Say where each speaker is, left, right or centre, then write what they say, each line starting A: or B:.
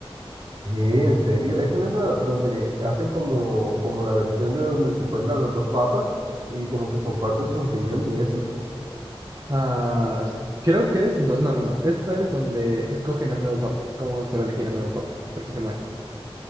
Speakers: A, on the right; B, on the right.
A: ¿Qué? ¿En serio? ¿Esa no es la donde hacen como, como la versión de donde se encuentran los dos papas y como que comparten sus opiniones y eso?
B: Ah, s- creo que es... No, no, no, no. Esta es donde escogen al nuevo papa, cómo se va a elegir al nuevo papa, porque se muere.